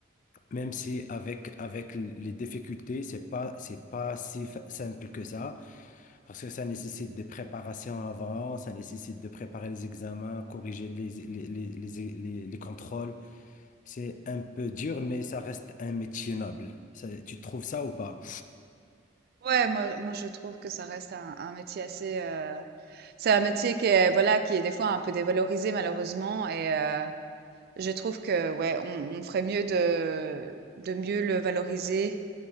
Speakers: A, on the left (about 40°); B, on the right (about 55°).
A: même si avec, avec les difficultés, c'est pas, c'est pas si fa- simple que ça, parce que ça nécessite des préparations avant, ça nécessite de préparer les examens, corriger les, les, les, les, les, les contrôles. C'est un peu dur, mais ça reste un métier noble. Ça- tu trouves ça ou pas?
B: Ouais, moi, moi, je trouve que ça reste un, un métier assez... euh, C'est un métier qui est, voilà, qui est des fois un peu dévalorisé, malheureusement, et euh, je trouve que, ouais, on, on ferait mieux de, de mieux le valoriser